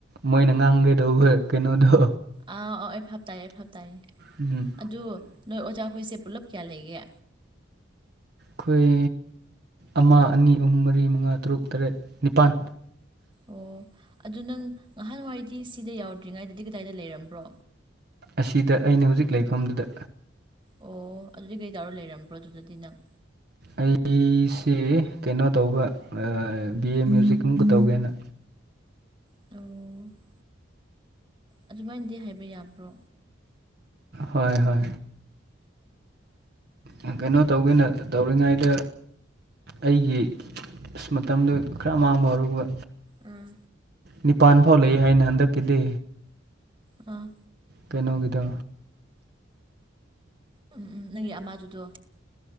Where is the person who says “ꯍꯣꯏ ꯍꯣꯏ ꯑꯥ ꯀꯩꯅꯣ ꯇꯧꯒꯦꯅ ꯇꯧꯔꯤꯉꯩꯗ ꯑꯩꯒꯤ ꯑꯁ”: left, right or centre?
Right